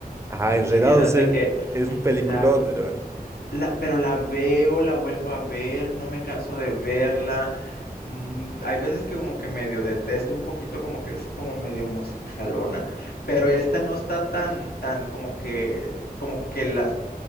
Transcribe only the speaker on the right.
Ah, Enredados
es,
es un peliculón,
hermano.